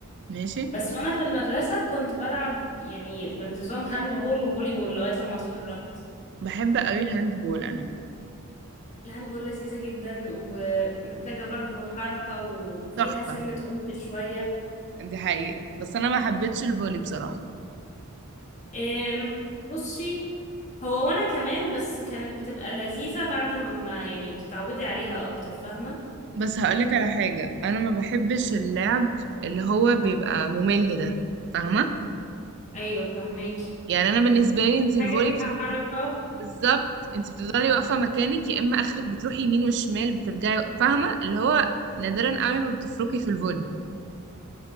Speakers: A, on the right; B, on the left.
A: ماشي
B: بس وانا في المدرسه كنت بلعب يعني بانتظام هاند بول وفولي بول لغايه لما اتخرجت
A: بحب قوي الهاند بول انا
B: الهاند بول لذيذه جدا ومحتاجه برضو حركه وفيها
A: تحفه
B: سنه عنف شويه
A: دي حقيقه بس انا ما حبيتش الفولي بصراحه
B: أم، بصي هو وانا كمان بس كانت بتبقى لذيذة بعد ما يعني بتتعودي عليها اكتر فاهمة
A: بس هقولك على حاجه انا ما بحبش اللعب اللي هو بيبقى ممل ده فاهمه
B: ايوه فاهماكي
A: يعني انا بالنسبه لي انت الفولي
B: حاجة فيها حركة
A: بالظبط انت بتفضلي واقفه مكانك يا اما اخرك بتروحي يمين وشمال بترجعي فاهمه اللي هو نادرا قوي ما بتفركي في الفولي